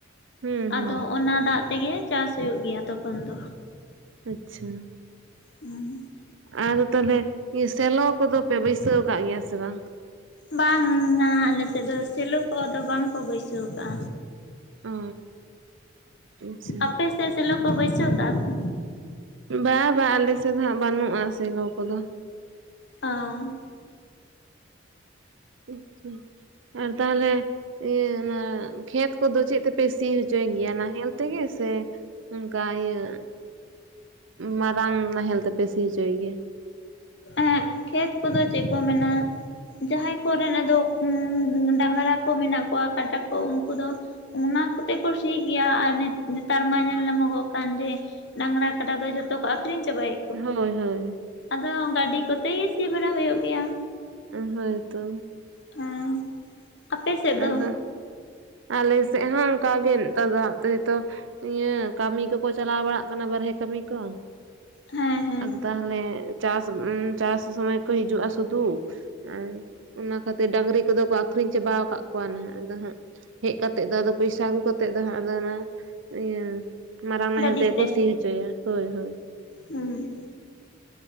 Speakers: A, on the right; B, on the left.
A: ᱦᱩᱸ
B: ᱟᱫᱚ
A: ᱦᱩᱸ
B: ᱚᱱᱟ ᱫᱟᱜ ᱛᱮᱜᱮ ᱪᱟᱥ ᱦᱩᱭᱩᱜ ᱜᱮᱭᱟ ᱛᱚᱠᱷᱚᱱ ᱫᱚ᱾
A: ᱟᱪᱪᱷᱟ
B: <unintelligible>
A: ᱟᱫᱚ ᱛᱟᱦᱚᱞᱮ ᱥᱮᱞᱚ ᱠᱚᱫᱚ ᱯᱮ ᱵᱟᱹᱭᱥᱟᱹᱣ ᱠᱟᱫ ᱜᱮᱭᱟ ᱥᱮ ᱵᱟᱝ?
B: ᱵᱟᱝ ᱟ ᱟᱞᱮᱥᱮᱫ ᱫᱚ ᱥᱮᱞᱚ ᱠᱚ ᱫᱚ ᱵᱟᱝᱠᱚ ᱵᱟᱹᱭᱥᱟᱹᱣ ᱟᱠᱟᱜᱼᱟ᱾
A: ᱚ ᱟᱪᱪᱷᱟ
B: ᱟᱯᱮ ᱥᱮᱫ ᱥᱮᱠᱚ ᱠᱚ ᱵᱟᱹᱭᱥᱟᱹᱣ ᱠᱟᱜᱼᱟ ᱠᱚ?
A: ᱵᱟ ᱵᱟᱝ ᱟᱞᱮᱥᱮᱫ ᱫᱚ ᱵᱟᱹᱱᱩᱜᱼᱟ ᱥᱮᱞᱚ ᱠᱚᱫᱚ᱾
B: ᱚ
A: ᱟᱪ ᱪᱷᱟ ᱟᱨ ᱛᱟᱦᱚᱞᱮ ᱤᱭᱟᱹ ᱚᱱᱟ ᱠᱷᱮᱛ ᱠᱚᱫᱚ ᱪᱮᱫ ᱛᱮᱯᱮ ᱥᱤ ᱦᱚᱪᱚᱭ ᱜᱮᱭᱟ? ᱦᱮᱞ ᱛᱮᱜᱮ ᱥᱮ ᱚᱱᱠᱟ ᱤᱭᱟᱹ ᱢᱟᱨᱟᱝ ᱱᱟᱦᱮᱞ ᱛᱮᱯᱮ ᱥᱤ ᱦᱚᱪᱚᱭ ᱜᱮᱭᱟ?
B: ᱮᱸᱜ ᱠᱷᱮᱛ ᱠᱚᱫᱚ ᱪᱮᱫ ᱠᱚ ᱢᱮᱱᱟ ᱡᱟᱦᱟᱸᱭ ᱠᱚᱨᱮᱱ ᱟᱫᱚ ᱰᱟᱝᱨᱟ ᱠᱚ ᱢᱮᱱᱟᱜ ᱠᱚᱣᱟ ᱠᱟᱰᱟ ᱠᱚ ᱩᱱᱠᱩ ᱫᱚ ᱚᱱᱟ ᱠᱚᱛᱮ ᱠᱩ ᱥᱤ ᱜᱮᱭᱟ ᱟᱨ ᱱᱮᱛᱟᱨ ᱢᱟ ᱧᱮᱞ ᱧᱟᱢᱚᱜᱚᱜ ᱠᱟᱱ ᱡᱮ ᱰᱟᱝᱨᱟ ᱠᱟᱰᱟ ᱫᱚ ᱡᱚᱛᱚ ᱠᱚ ᱟᱠᱷᱨᱤᱧ ᱪᱟᱵᱟᱭ
A: ᱦᱳᱭ ᱦᱳᱭ
B: ᱟᱫᱚ ᱜᱟᱹᱰᱤ ᱠᱚᱛᱮ ᱜᱮ ᱥᱤ ᱵᱟᱲᱟ ᱦᱩᱭᱩᱜ ᱜᱮᱭᱟ᱾
A: ᱦᱳᱭᱛᱚ
B: ᱦᱮᱸ ᱟᱯᱮ ᱥᱮᱫ ᱫᱚ
A: ᱟᱫᱚ ᱟᱞᱮ ᱥᱮᱫ ᱦᱚᱸ ᱚᱱᱠᱟ ᱜᱮ ᱱᱮᱛᱟᱨ ᱫᱚ ᱫᱟᱜᱛᱮ ᱛᱚ, ᱤᱭᱟᱹ ᱠᱟᱹᱢᱤ ᱠᱚᱠᱚ ᱪᱟᱞᱟᱣ ᱵᱟᱲᱟᱜ ᱠᱟᱱᱟ ᱵᱟᱨᱦᱮ ᱠᱟᱹᱢᱤ ᱠᱚ,
B: ᱦᱮᱸ ᱦᱮᱸ
A: ᱟᱫᱚ ᱛᱟᱦᱞᱮ ᱪᱟᱥ ᱩ ᱪᱟᱥ ᱥᱚᱢᱚᱭ ᱠᱚ ᱦᱤᱡᱩᱜᱼᱟ ᱥᱩᱫᱩ, ᱟᱨ ᱚᱱᱟ ᱠᱷᱟᱹᱛᱤᱨ ᱰᱟᱝᱨᱤ ᱠᱚᱫᱚ ᱠᱚ ᱟᱠᱷᱨᱤᱧ ᱪᱟᱵᱟ ᱟᱠᱟ ᱠᱚ ᱱᱟ ᱟᱫᱚ ᱦᱟᱸᱜ ᱦᱮᱡ ᱠᱟᱛᱮᱜ ᱫᱚᱫᱚ ᱯᱚᱭᱥᱟ ᱟᱹᱜᱩ ᱠᱟᱛᱮᱜ ᱫᱚ ᱦᱟᱸᱜ ᱟᱫᱚ ᱚᱱᱟ ᱤᱭᱟᱹ ᱢᱟᱨᱟᱝ ᱱᱟᱦᱮᱞ
B: ᱜᱟᱹᱰᱤ
A: ᱛᱮᱠᱚ
B: ᱛᱮ
A: ᱥᱤ ᱦᱚᱪᱚᱭᱟ᱾ ᱦᱳᱭ ᱦᱳᱭ
B: ᱦᱩᱸ